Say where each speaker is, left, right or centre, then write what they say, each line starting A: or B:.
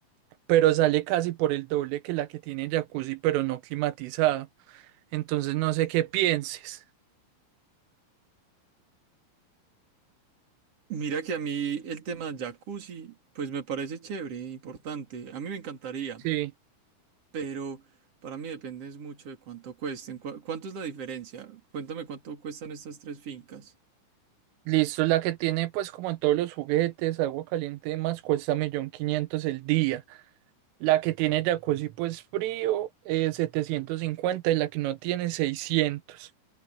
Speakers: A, on the right; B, on the right.
A: pero sale casi por el doble que la que tiene jacuzzi pero no climatizado, entonces no sé qué pienses.
B: Mira que a mí el tema jacuzzi, pues me parece chévere, e importante. A mí me encantaría,
A: Sí,
B: pero para mí depende es mucho de cuánto cuesten. Cua- ¿Cuánto es la diferencia? Cuéntame cuánto cuestan estas tres fincas.
A: listo, la que tiene pues como todos los juguetes, agua caliente y demás, cuesta un millón quinientos el día. La que tiene jacuzzi pues frío, eh, setecientos cincuenta y la que no tiene seiscientos